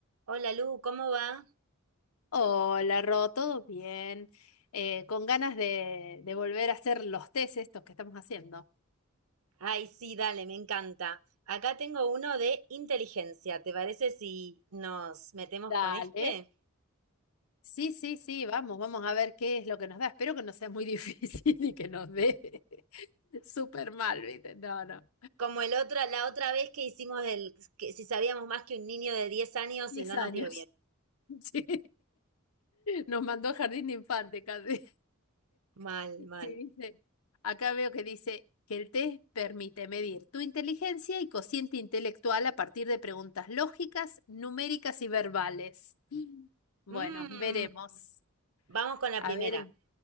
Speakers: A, on the right (about 80°); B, on the left (about 85°).
A: Hola Lu, ¿cómo va?
B: Hola, Ro, ¿todo bien? Eh, con ganas de, de volver a hacer los test estos que estamos haciendo.
A: Ay, sí, dale, me encanta. Acá tengo uno de inteligencia. ¿Te parece si nos metemos
B: Dale.
A: con este?
B: Sí, sí, sí, vamos, vamos a ver qué es lo que nos da. Espero que no sea muy <laughs> difícil y que nos dé <laughs> súper mal, ¿viste? No, no.
A: Como el otra, la otra vez que hicimos el, que si sabíamos más que un niño de diez años
B: Diez
A: y no
B: años.
A: nos dio bien.
B: <laughs> Sí. Nos mandó a jardín de infante casi.
A: Mal, mal.
B: Sí, dice, acá veo que dice que el test permite medir tu inteligencia y cociente intelectual a partir de preguntas lógicas, numéricas y verbales. Bueno,
A: Mm,
B: veremos.
A: vamos con la
B: A
A: primera.
B: ver,